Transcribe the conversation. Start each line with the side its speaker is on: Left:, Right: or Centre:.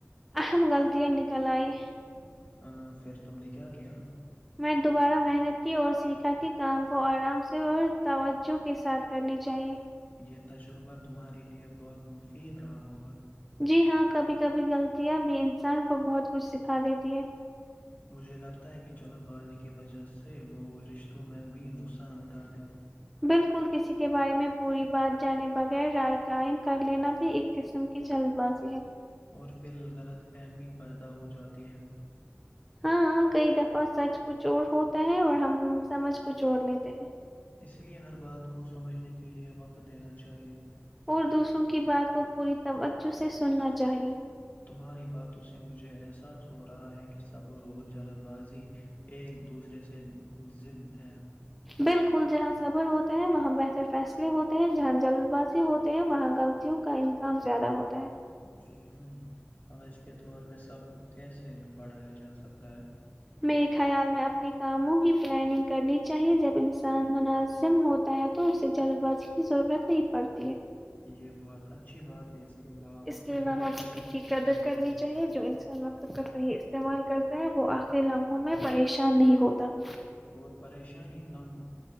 Centre: اہم غلطیاں نکل آئی
Left: ا پھر تم نے کیا کیا
Centre: میں دوبارہ محنت کی اور سیکھا کے کام کو آرام سے اور توجہ کے ساتھ کرنی چاہیے
Left: یہ تجربہ تمہارے لیے بہت مفید رہا ہوگا
Centre: جی ہاں کبھی کبھی غلطیاں بھی انسان کو بہت کچھ سکھا دیتی ہے
Left: مجھے لگتا ہے کہ جلد بازی کی وجہ سے لوگ رشتوں میں بھی نقصان اٹھاتے ہیں
Centre: بالکل کسی کے بارے میں پوری بات جانے بغیر رائے قائم کر لینا بھی ایک قسم کی جلد بازی ہے
Left: اور پھر غلط فہمی پیدا ہو جاتی ہے
Centre: ہاں کئی دفعہ سچ کچ چور ہوتا ہے اور ہم سمجھ کو چڑ لیتے ہیں
Left: اس لیے ہر بات کو سمجھنے کے لیے وقت دینا چاہیے
Centre: اور دوسروں کی بات کو پوری ط ے سننا چاہیے
Left: تمہاری باتوں سے مجھے احساس ہو رہا ہے کہ صبر اور جلد بازی ایک دوسرے سے زد ہے
Centre: بالکل جہاں صبر ہوتا ہے وہاں بہتر فیصلے ہوتے ہیں جہاں جلد بازی ہوتے ہیں وہاں غلطیوں کا امکام زیادہ ہوتا <unintelligible>
Left: جی ہاں آج کے دور میں سب <unintelligible> کیسے بڑھایا جا سکتا ہے <inaudible> <unintelligible>
Centre: میرے خیال میں اپنے کاموں کی پلاننگ کرنی چاہیے جب انسان مناظم ہوتا ہے تو اسے جلد باز کی ضرورت نہیں پڑتی ہے <unintelligible>
Left: یہ بہت اچھی بات ہے اس کے علاوہ
Centre: اس
Left: وقت
Centre: کے علاوہ
Left: کی قدر
Centre: وقت
Left: کرنی
Centre: کی قدر
Left: چاہیے
Centre: کرنی چاہیے جو انسان وقت کا صحیح استعمال <unintelligible> کرتے ہیں وہ آخر لمحوں میں پریشان نہیں ہوتا <unintelligible>
Left: اور پریشانی <unintelligible> کم